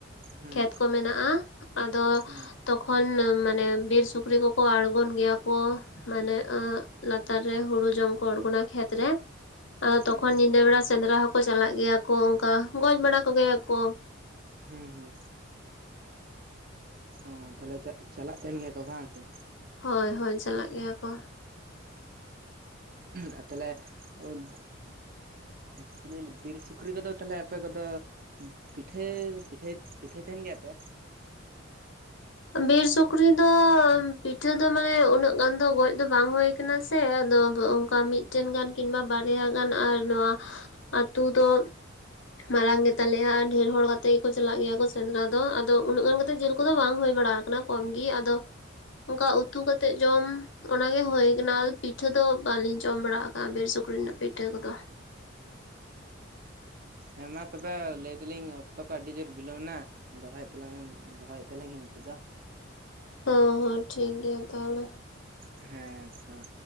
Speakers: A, on the right; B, on the left.
A: ᱦᱩᱸ
B: ᱠᱷᱮᱛ ᱠᱚ ᱢᱮᱱᱟᱜᱼᱟ ᱟᱫᱚ
A: ᱦᱩᱸ
B: ᱛᱚ ᱠᱷᱚᱱ ᱢᱟᱱᱮ ᱵᱤᱨ ᱥᱩᱠᱨᱤ ᱠᱚᱠᱚ ᱟᱬᱜᱚᱱ ᱜᱮᱭᱟ ᱠᱚ ᱢᱟᱱᱮ ᱞᱟᱛᱟᱨ, ᱨᱮ ᱦᱩᱲᱩ ᱡᱚᱢ ᱠᱚ ᱟᱰᱲᱜᱚᱱᱟ ᱠᱷᱮᱛ ᱨᱮ ᱟᱫᱚ ᱛᱚᱠᱷᱚᱱ
A: ᱟᱪᱪᱷᱟ
B: ᱧᱤᱫᱟᱹ ᱵᱮᱲᱟ ᱥᱮᱸᱫᱽᱨᱟ ᱦᱚᱸ, ᱠᱚ ᱪᱟᱞᱟᱜ ᱜᱮᱭᱟ ᱠᱚ ᱚᱱᱠᱟ ᱜᱚᱡ ᱵᱟᱲᱟ ᱠᱚ ᱜᱮᱭᱟ ᱠᱚ᱾
A: ᱦᱮᱸ ᱦᱮᱸ, ᱚ ᱛᱟᱦᱞᱮ ᱪᱟᱼᱪᱟᱞᱟᱜ ᱛᱟᱦᱮᱱ ᱜᱮᱭᱟ ᱠᱚ ᱵᱟᱝ ᱥᱮ,
B: ᱦᱳᱭ ᱦᱳᱭ ᱪᱟᱞᱟᱜ ᱜᱮᱭᱟ ᱠᱚ᱾
A: ᱟᱨ ᱛᱟᱦᱞᱮ ᱚᱸ ᱪᱤᱞᱤ ᱵᱤᱨ ᱥᱩᱠᱨᱤ ᱠᱚᱫᱚ ᱛᱟᱦᱞᱮ ᱟᱯᱮ ᱠᱚᱫᱚ, ᱯᱤᱴᱷᱟᱹ ᱯᱤᱴᱷᱟᱹᱭ ᱯᱤᱴᱷᱟᱹᱭ ᱛᱟᱦᱮᱱ ᱜᱮᱭᱟᱯᱮ?
B: ᱵᱤᱨ ᱥᱩᱠᱨᱤ ᱫᱚ ᱯᱤᱴᱷᱟᱹ ᱫᱚ ᱢᱟᱱᱮ ᱩᱱᱟᱹᱜ ᱜᱟᱱ ᱫᱚ ᱜᱚᱡ ᱫᱚ ᱵᱟᱝ ᱦᱩᱭ ᱠᱟᱱᱟ ᱥᱮ ᱟᱫᱚ ᱚᱱᱠᱟ ᱢᱤᱫᱴᱮᱱ ᱜᱟᱱ ᱠᱤᱝᱵᱟ ᱵᱟᱨᱭᱟ ᱜᱟᱱ ᱟᱨ ᱱᱚᱣᱟ ᱟᱹᱛᱩ ᱫᱚ, ᱢᱟᱨᱟᱝ ᱜᱮᱛᱟᱞᱮᱭᱟ ᱰᱷᱮᱨ ᱦᱚᱲ ᱠᱟᱛᱮᱜ ᱜᱮᱠᱚ ᱪᱟᱞᱟᱜ ᱜᱮᱭᱟ ᱥᱮᱸᱫᱽᱨᱟ ᱫᱚ᱾ ᱟᱫᱚ ᱩᱱᱟᱹᱜ ᱜᱟᱱ ᱠᱟᱛᱮ ᱡᱮᱞ ᱠᱚᱫᱚ ᱵᱟᱝ ᱦᱩᱭ ᱵᱟᱲᱟ ᱟᱠᱟᱱᱟ ᱠᱚᱢ ᱜᱮ ᱟᱫᱚ ᱚᱱᱠᱟ ᱩᱛᱩ ᱠᱟᱛᱮᱫ ᱡᱚᱡ ᱚᱱᱟ ᱜᱮ ᱦᱩᱭ ᱠᱟᱱᱟ ᱯᱤᱴᱷᱟᱹ ᱫᱚ ᱵᱟᱹᱞᱤᱧ ᱡᱚᱢ ᱵᱟᱲᱟᱣ ᱟᱠᱟᱜ ᱵᱤᱨ ᱥᱩᱠᱨᱤ ᱨᱮᱱᱟᱜ ᱯᱤᱴᱷᱟᱹ ᱠᱚᱫᱚ᱾
A: ᱦᱮᱸ ᱢᱟ ᱛᱚᱵᱮ ᱞᱟᱹᱭ ᱫᱟᱞᱤᱧ, ᱚᱠᱛᱚ ᱠᱚ ᱟᱹᱰᱤ ᱡᱳᱨ ᱵᱤᱞᱳᱢ ᱮᱱᱟ ᱫᱚᱦᱚᱭᱮᱫ ᱛᱟᱞᱟᱝᱧᱟᱹᱧ ᱫᱚᱦᱚᱭᱮᱫ ᱛᱟᱞᱤᱧ ᱱᱤᱛᱚᱜ ᱫᱚ,
B: ᱦᱚᱸ ᱦᱚᱸ ᱴᱷᱤᱠ ᱜᱮᱭᱟ ᱛᱟᱦᱚᱞᱮ᱾
A: ᱦᱮᱸᱛᱚ,